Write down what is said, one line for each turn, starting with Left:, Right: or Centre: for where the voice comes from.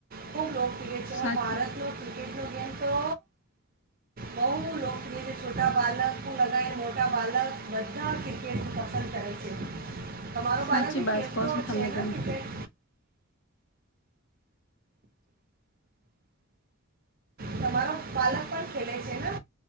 Right: ખુબ લોકપ્રિકેટ છે
Left: સાચ
Right: ભારત ન ક્રિકેટ નું કેમ તો બહ લોક જે જે છોટા બલક પણું લગાવ મોટા બલક બધા ક્રિકેટને પસંદ કર છે તમારો
Left: સાચી
Right: બાળક ભી
Left: વાત
Right: ખેલ
Left: કહો
Right: તો
Left: છો તમે
Right: છે ને
Left: બોન
Right: ક્રિકેટ? તમારો બાલક પણ ખેલે છે ને?